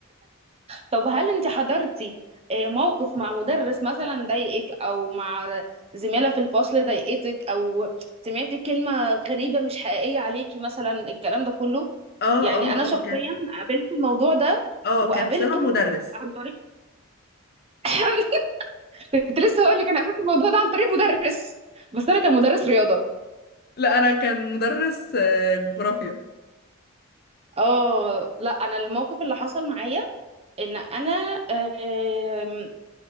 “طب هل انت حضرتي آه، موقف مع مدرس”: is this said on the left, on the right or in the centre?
Right